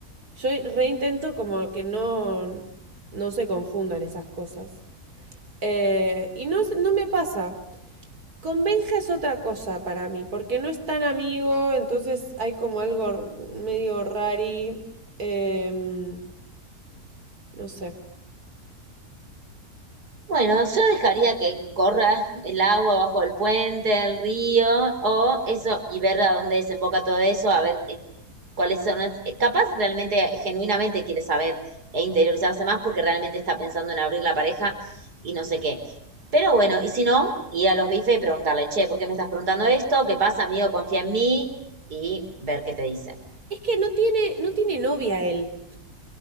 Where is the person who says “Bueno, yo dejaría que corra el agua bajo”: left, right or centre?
Right